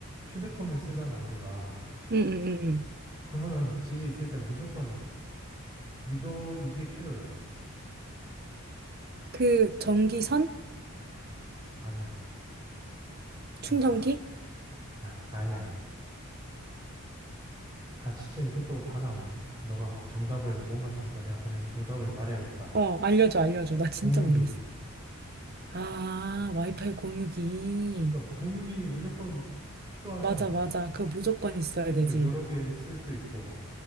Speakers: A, on the right; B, on the right.
A: 휴대폰을 쓰잖아, 우리가.
B: 음음음음
A: 그러면 집에 있을 때 무조건 이거, 이게 필요해.
B: 그 전기선?
A: 아니야.
B: 충전기?
A: <laughs> 아, 아니야. 아, 진짜 이것 빼고 다 나왔네. 너가 정답을 못 맞추니까 내가 그냥 정답을 말해야겠다.
B: 어 알려줘 알려줘. 나 진짜
A: 공유기.
B: 모르겠어. 아 와이파이 공유기.
A: 그러니까 공유기 무조건 필요하잖아.
B: 맞아 맞아. 그거 무조건 있어야 되지.
A: 그러니까 여러 개 쓸 수 있고.